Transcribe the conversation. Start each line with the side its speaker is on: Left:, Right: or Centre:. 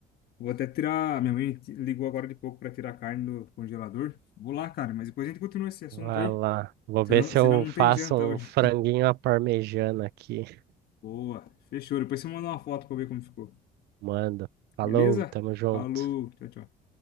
Left: vou até tirar. Minha mãe ti- ligou agora de pouco pra tirar a carne do congelador. Vou lá, cara, mas depois a gente continua esse assunto
Right: Vai
Left: aí.
Right: lá. Vou
Left: Senão,
Right: ver se
Left: senão
Right: eu
Left: não
Right: faço
Left: tem janta hoje.
Right: um franguinho à parmegiana aqui.
Left: <laughs> Boa, fechou. Depois você manda uma foto pra eu ver como ficou.
Right: Manda. Falou,
Left: Beleza?
Right: tamo junto.
Left: Falou, tchau, tchau.